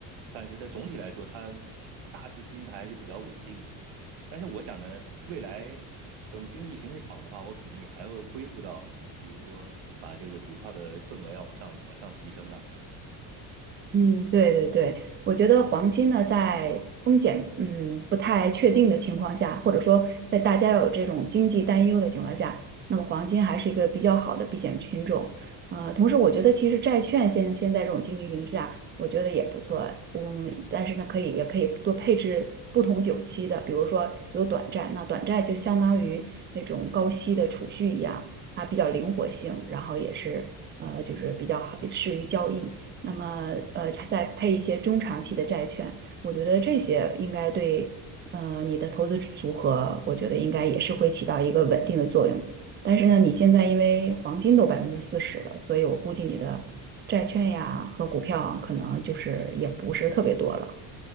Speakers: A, on the right; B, on the right.
A: 但是在总体来说，它大资金它还是比较稳定的。但是我想呢，未来等经济形势好的话，我肯定也还会恢复到，比如说把这个股票的份额要往上往上提升啊。
B: 嗯，对对对，我觉得黄金呢，在风险嗯不太确定的情况下，或者说在大家有这种经济担忧的情况下，那么黄金还是一个比较好的避险品种。呃，同时我觉得其实债券现现在这种经济形势下，我觉得也不错。嗯，但是呢，可以也可以多配置不同久期的，比如说有短债，那短债就相当于那种高息的储蓄一样，它比较灵活性，然后也是呃就是比较好适于交易。那么呃再配一些中长期的债券，我觉得这些应该对呃你的投资组合，我觉得应该也是会起到一个稳定的作用。但是呢，你现在因为黄金都百分之四十了，所以我估计你的债券呀和股票可能就是也不是特别多了。